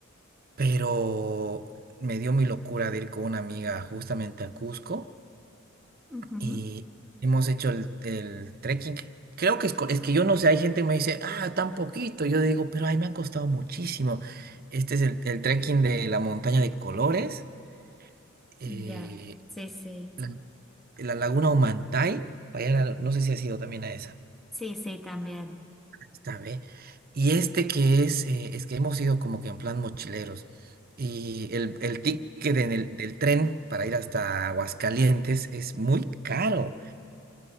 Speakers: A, on the right; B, in the centre.
A: pero me dio mi locura de ir con una amiga justamente a Cusco
B: ujú,
A: y hemos hecho el, el trekking. Creo que es, co- es que yo no sé, hay gente que me dice, ah, tan poquito. Yo digo, pero ay, me ha costado muchísimo. Este es el, el trekking de la montaña de colores, eh,
B: Ya, Sí, sí.
A: la, la laguna Humantay. para allá, no sé si has ido también a esa.
B: Sí, sí, también.
A: Está bien. Y este que es, eh, es que hemos ido como que en plan mochileros. Y el, el ticket en el, del tren para ir hasta Aguascalientes es muy caro.